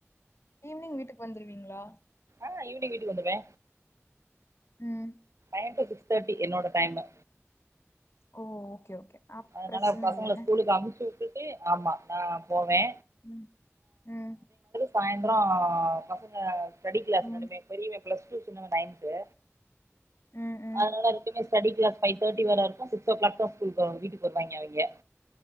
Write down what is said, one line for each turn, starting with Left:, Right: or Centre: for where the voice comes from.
Left: ஈவினிங் வீட்டுக்கு வந்துருவீங்களா
Right: ஆஹ் ஈவினிங் வீட்டுக்கு வந்துருவே
Left: ம்
Right: டென் டூ சிக்ஸ் தேர்ட்டி என்னோட டைமு
Left: ஓ ஓகே ஓகே அப்
Right: அதுனால
Left: பிரச்சன
Right: பசங்கள
Left: இல்லன்ன
Right: ஸ்கூலுக்கு அமுச்சு வுட்டுட்டு ஆமா நா போவே
Left: ம் ம்
Right: சாய்ந்தரோ பசங்க ஸ்டடி கிளாஸ்
Left: ம்
Right: ரெண்டுமே பெரியவே ப்ளஸ் டூ சின்னவே நையன்த்து
Left: ம் ம்
Right: அதுனால ரெண்டுமே ஸ்டடி க்ளாஸ் ஃபைவ் தர்டி வர இருக்கு சிக்ஸ் ஓ கிளாக் தா ஸ்கூல் போ வீட்டுக்கு வருவாய்ங்க அவய்ங்க